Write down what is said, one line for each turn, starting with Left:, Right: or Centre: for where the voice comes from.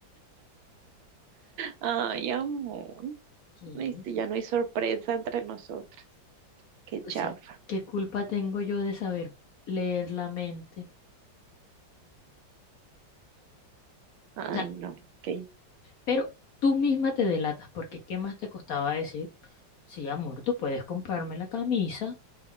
Right: Ay, amor.
Left: ¿Qué
Right: Este,
Left: dice?
Right: ya no hay sorpresa entre nosotros. Qué chafa.
Left: O sea, ¿qué culpa tengo yo de saber leer la mente? O
Right: Ay,
Left: sea,
Right: no. Qué...
Left: pero tú misma te delatas, porque ¿qué más te costaba decir? Sí, amor, tú puedes comprarme la camisa